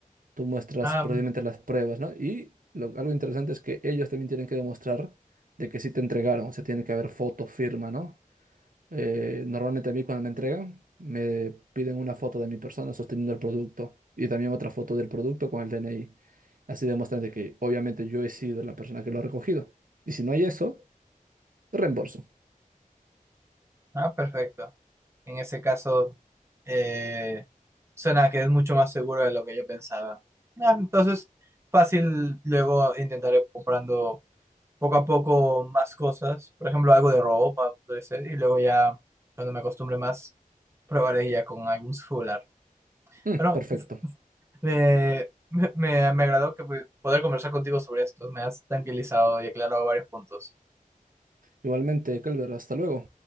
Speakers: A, on the right; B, on the right.
A: Tú muestras
B: Ah,
A: prácticamente las pruebas, ¿no? Y lo- algo interesante es que ellos también tienen que demostrar de que sí te entregaron. O sea, tiene que haber foto, firma, ¿no? Eh, normalmente a mí cuando me entregan me piden una foto de mi persona sosteniendo el producto y también otra foto del producto con el DNI. Así demuestran de que obviamente yo he sido la persona que lo ha recogido. Y si no hay eso, reembolso.
B: ah, perfecto. En ese caso, eh, suena que es mucho más seguro de lo que yo pensaba. Ah, entonces, fácil luego intentaré comprando poco a poco más cosas. Por ejemplo, algo de ropa, podría ser. Y luego ya, cuando me acostumbre más, probaré ya con algún celular.
A: Mm,
B: Bueno,
A: perfecto.
B: me, me, me me agradó que pu- poder conversar contigo sobre esto. Me has tranquilizado y aclarado varios puntos.
A: Igualmente, Kelber, hasta luego.